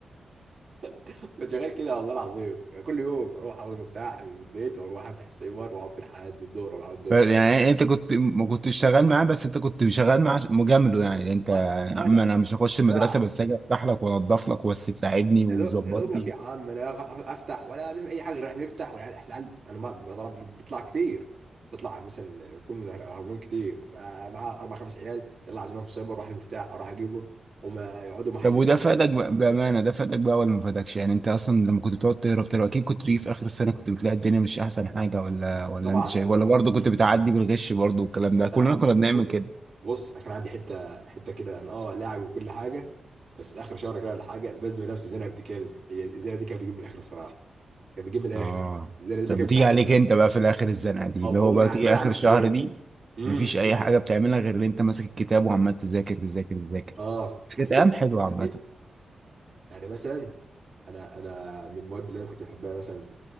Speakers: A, on the right; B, on the right.
A: <laughs> كنت شغال كده والله العظيم كل يوم اروح اخد المفتاح من البيت واروح افتح السايبر واقعد فيه لحد الظهر ولا بعد الظهر
B: ف- يعني انت كنت ما كنتش شغال معاه بس انت كنت شغال معاه عش- مجامله يعني انت يا
A: اه اه
B: عم انا مش هخش
A: لا
B: المدرسه بس اجي افتح لك وانضف لك بس تلاعبني وتظبطني
A: يا دوب- يا دوبك يا عم انا أغ- افتح ولا نعمل اي حاجه رايح نفتح والعيال العيال انا ما بضرب بيطلع كتير بيطلع مثلا يكون هربان كتير فمعاه اربع خمس عيال يلا عايزين في سايبر واحد مفتاح اروح اجيبه وما يقعدوا محاسب
B: طب وده فادك ب- بامانه ده فادك بقى ولا ما فادكش يعني انت اصلا لما كنت بتقعد تهرب تهرب اكيد كنت بتيجي في اخر السنه كنت بتلاقي الدنيا مش احسن حاجه ولا ولا
A: طبعا
B: انت شايف
A: لا
B: ولا
A: طبعا
B: برضه كنت بتعدي بالغش برضه والكلام ده كلنا
A: لا
B: كنا بنعمل
A: بص
B: كده
A: بص انا كان عندي حته حته كده انا اه لاعب وكل حاجه بس اخر شهر كده ولا حاجه بزنق نفسي زي انا بنت كلب هي الزينه دي كانت بتجيب من الاخر الصراحه كانت بتجيب من الاخر
B: اه
A: الزينه دي اللي
B: طب
A: كانت
B: بتيجي
A: بتعدي
B: عليك
A: منها
B: انت بقى في الاخر الزنقه دي
A: اه
B: اللي
A: آه،
B: هو بقى
A: بجع
B: تيجي
A: بجع
B: اخر
A: نفسي
B: شهر
A: شويه
B: دي
A: امم
B: مفيش اي حاجه بتعملها غير ان انت ماسك الكتاب وعمال تذاكر تذاكر تذاكر
A: اه
B: بس
A: حقيقة
B: كانت ايام حلوه عامه
A: حقيقة يعني مثلا انا انا من المواد اللي انا كنت بحبها مثلا في